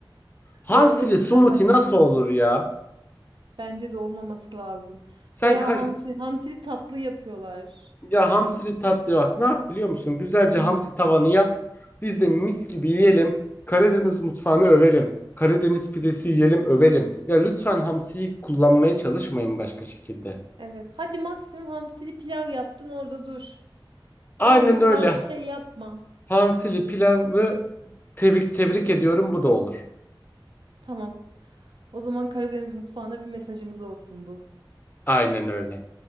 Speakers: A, on the left; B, on the right.
A: Hamsili
B: Doğru, o
A: smoothie
B: kadar haklısın
A: nasıl olur
B: ki.
A: ya?
B: Bence de olmaması lazım.
A: Sen
B: Veya
A: kay-
B: hamsi, hamsili tatlı yapıyorlar.
A: ya hamsili tatlı bak ne yap biliyor musun? Güzelce
B: <clears throat>
A: hamsi tavanı yap. Biz de mis gibi yiyelim. Karadeniz mutfağını övelim. Karadeniz pidesi yiyelim övelim. Ya lütfen hamsiyi kullanmaya çalışmayın başka şekilde.
B: Evet. Hadi maksimum hamsili pilav yaptın orada dur.
A: Aynen
B: Orada dur
A: öyle.
B: daha bir şey yapma.
A: Hamsili pilavı tebrik tebrik ediyorum bu da olur.
B: Tamam. O zaman Karadeniz mutfağına bir mesajımız olsun bu.
A: Aynen öyle.